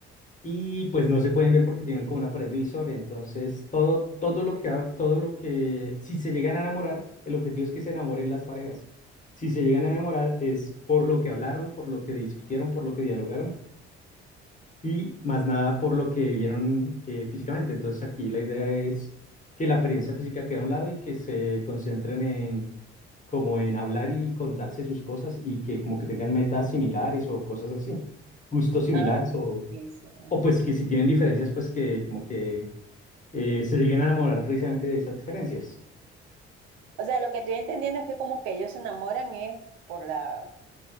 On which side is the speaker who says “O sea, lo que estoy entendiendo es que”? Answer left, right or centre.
Right